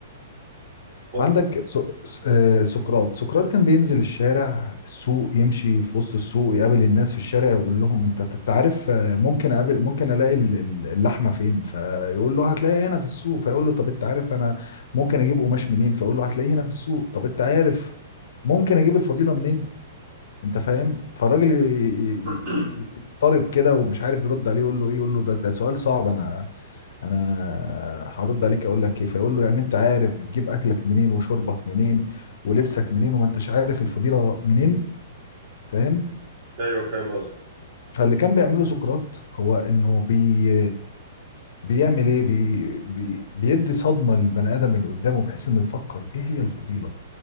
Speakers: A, on the right (about 35°); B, on the left (about 70°).
A: اتفضل.
B: عندك سو... س- آه، سقراط سقراط كان بينزل الشارع السوق يمشي في وسط السوق يقابل الناس في الشارع يقول لهم انت أنت عارف آه، ممكن اقابل ممكن الاقي ال- ال- اللحمه فين فيقول له هتلاقيها هنا في السوق فيقول له طب انت عارف انا ممكن اجيب قماش منين فيقول له هتلاقيه هنا في السوق طب انت عارف ممكن اجيب الفضيله منين انت فاهم فالراجل ي- ي-
A: <clears throat>
B: ي- يضطرب كده ومش عارف يرد عليه يقول له ايه يقول له ده ده سؤال صعب انا انا هرد عليك اقول لك ايه فيقول له يعني انت عارف بتجيب اكلك منين وشربك منين ولبسك منين وما انتش عارف الفضيلة منين فاهم
A: ايوه فاهم قصدي
B: فاللي كان بيعمله سقراط هو انه بي بيعمل ايه بي بي بيدي صدمة للبني ادم اللي قدامه بحيث انه يفكر ايه هي الفضيلة